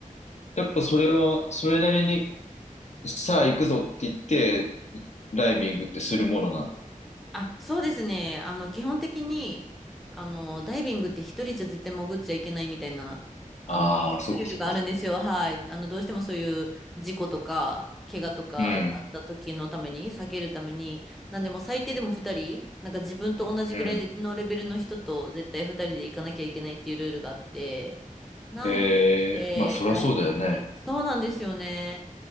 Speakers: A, on the left; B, in the centre.
A: やっぱそれは、それなりに、さあ行くぞって言って、ダイビングってするものなの
B: あ、そうですね。あの、基本的に、あの、ダイビングって一人じゃ絶対潜っちゃいけないみたいな、あの、
A: ああー、そっかそっかそっかそっか。
B: ルールがあるんですよ。はい。あの、どうしてもそういう事故とか、怪我とかがあった時のために、
A: うん、
B: 避けるために、なんでもう最低でも二人、なんか自分と同じぐらいのレベルの人と絶対二人で行かなきゃいけないっていうルールがあって、
A: うん。
B: なので、
A: えー、まあそりゃそうだよね。
B: 大体、そうなんですよね。